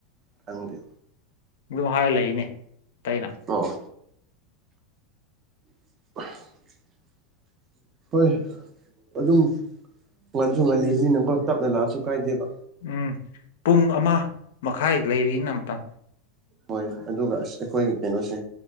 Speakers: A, on the right; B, on the left.
A: ꯈꯪꯗꯦ
B: ꯑꯗꯨ ꯍꯥꯏꯔ ꯂꯩꯅꯦ ꯇꯩꯩꯅ
A: ꯑꯣ <inaudible> ꯍꯣꯏ ꯑꯗꯨꯝ ꯉꯟꯁꯨ ꯉꯜꯂꯤꯕꯅꯤꯅꯀꯣ ꯇꯞꯅ ꯂꯥꯛꯑꯁꯨ ꯀꯥꯏꯗꯦꯕ
B: ꯎꯝ ꯄꯨꯡ ꯑꯃ ꯃꯈꯥꯏ ꯂꯩꯔꯤꯅ ꯃꯇꯝ
A: ꯍꯣꯏ ꯑꯗꯨꯒ ꯑꯁ ꯑꯩꯈꯣꯏꯒꯤ ꯀꯩꯅꯣꯁꯦ